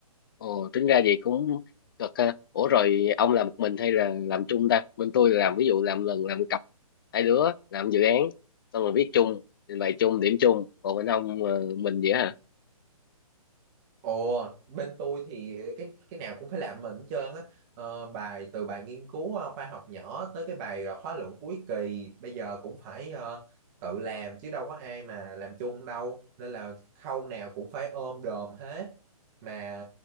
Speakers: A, on the left; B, on the right.
A: Ồ, tính ra vậy cũng cực ha. Ủa rồi ông làm một mình hay là làm chung ta? Bên tôi là làm ví dụ làm lần làm cặp hai đứa làm dự án xong rồi viết chung trình bày chung điểm chung còn bên ông ờ, mình vậy hả?
B: Ồ, bên tôi thì cái cái nào cũng phải làm mình hết trơn á. Ờ, bài từ bài nghiên cứu ờ, khoa học nhỏ tới cái bài ờ, khóa luận cuối kỳ bây giờ cũng phải ờ, tự làm chứ đâu có ai mà làm chung đâu. Nên là khâu nào cũng phải ôm đồm hết. Mà